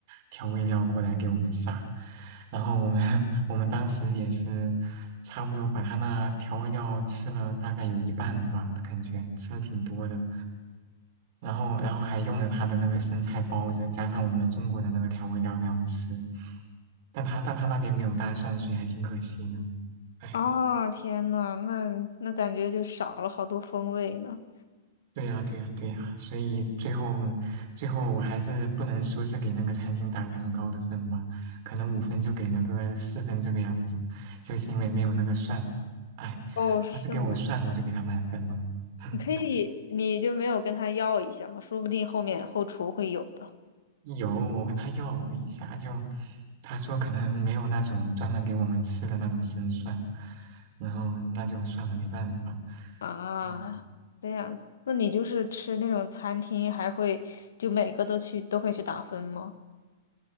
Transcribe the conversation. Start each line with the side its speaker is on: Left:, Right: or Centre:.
Right: 调味料过来给我们撒。然后我们 <laughs> 我们当时也是差不多把他那调味料吃了大概有一半吧，感觉吃了挺多的。然后然后还用了他的那个生菜包着，加上我们中国的那个调味料那样吃。但他但他那边没有大蒜，所以还挺可惜的。唉
Left: 啊，天呐，那那感觉就少了好多风味呢。
Right: 对呀，对呀，对呀，所以最后，最后我还是不能说是给那个餐厅打了很高的分吧，可能五分就给了个四分这个样子，就是因为没有那个蒜，哎，
Left: 哦，
Right: 他是给我蒜，
Left: 是吗？
Right: 我就给他满分了。<laughs>
Left: 你可以，你就没有跟他要一下吗？说不定后面后厨会有的
Right: 有，我跟他要了一下，就他说可能没有那种专门给我们吃的那种生蒜，然后那就算了，没办法。
Left: 啊。
Right: 嗯，
Left: 这样子，那你就是吃那种餐厅，还会就每个都去都会去打分吗？